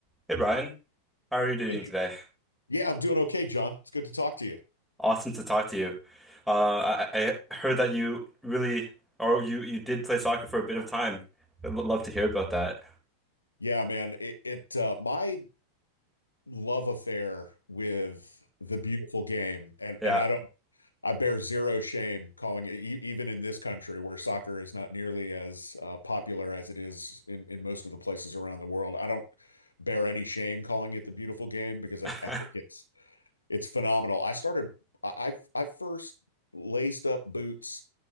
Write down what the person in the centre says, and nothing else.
Hey Brian, how are you doing
today?
Awesome to talk to you. Uh, I, I heard that you really, or you, you did play soccer for a bit of time. I'd lo- love to hear about that.
Yeah.
<laughs>